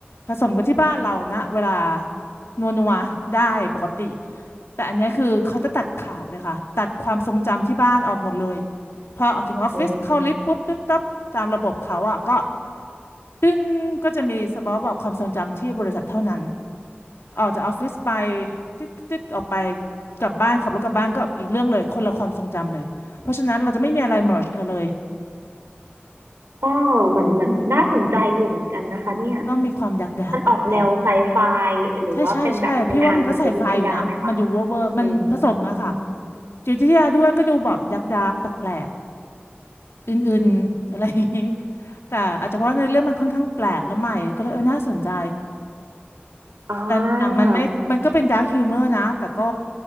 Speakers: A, on the left; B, on the right.
A: ผสมกับที่บ้านเรานะเวลานัวนัวได้ปกติแต่อันเนี้ยคือเขาจะตัดขาดเลยค่ะตัดความทรงจำที่บ้านออกหมดเลยพอออกถึงออฟฟิศเข้าลิฟต์ปุ๊บปิ๊บตับตามระบบเขาอ่ะก็
B: โอ้
A: ซึ่งก็จะมีสบอบอกความทรงจำที่บริษัทเท่านั้นออกจากออฟฟิศไปติดติดออกไปกลับบ้านขับรถกลับบ้านก็อีกเรื่องเลยคนละความทรงจำเลยเพราะฉะนั้นเราจะไม่มีอะไรเมิร์จกันเลย
B: กอเหมือนเหมือนน่าสนใจอยู่เหมือนกันนะคะเนี่ย
A: ก็มีความดักดักแปลกแปลก
B: มันออกแนวไซไฟหรือว่าเป็นแบบในทางจิตวิทยาไหมคะ
A: ใช่ใช่ใช่พี่ว่ามันก็ใส่ไฟอยู่นะมันดูเวอร์เวอร์มันผสมอะค่ะ
B: อืม
A: จิตวิทยาด้วยก็ดูแบบดักดักแปลกแปลกอื่นๆอะไรอย่างนี้แต่อาจจะเพราะในเรื่องมันค่อนข้างแปลกและใหม่ก็เลยเออน่าสนใจ
B: อ่า
A: แต่หนังมันไม่มันก็เป็นดาร์คฮิวเมอร์นะ แต่ก็